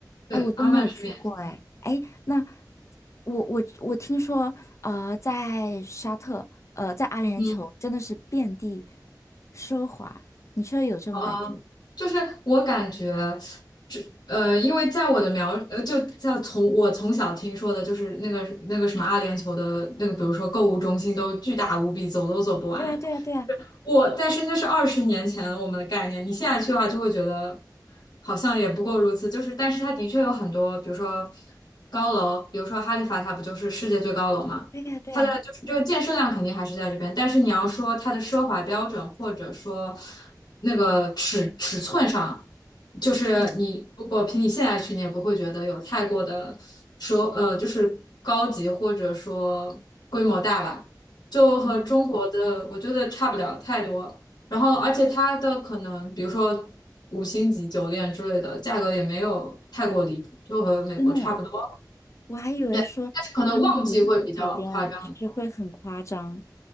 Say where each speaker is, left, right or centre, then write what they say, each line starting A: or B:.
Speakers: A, on the left; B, on the left.
A: 对，
B: 哎，我都没有去过哎哎，
A: 阿曼是免签的。
B: 那我我我听说呃，在沙特呃，在阿联酋真的是遍地
A: 嗯
B: 奢华，你确实有这种感觉？
A: 呃，就是我感觉，这呃，因为在我的描，呃，就在从我从小听说的，就是那个那个什么阿联酋的那个，比如说购物中心都巨大无比，走都走不完。
B: 对啊，对啊，对啊，
A: 我，但是那是二十年前我们的概念，你现在去的话就会觉得好像也不过如此。就是，但是它的确有很多，比如说高楼，比如说哈利法塔不就是世界最高楼嘛？
B: 对啊，对啊，
A: 它的就是这个建设量肯定还是在这边，但是你要说它的奢华标准或者说那个尺尺寸上，就是你如果凭你现在去，
B: 嗯
A: 你也不会觉得有太过的说呃，就是高级或者说规模大吧。就和中国的我觉得差不了太多。
B: 嗯，
A: 然后，而且它的可能，比如说五星级酒店之类的，价格也没有太过离谱，就和美国差不多。
B: 真的吗？我还以为说他们的五星级酒店啊就是会很夸张，
A: 对，但是可能旺季会比较夸张，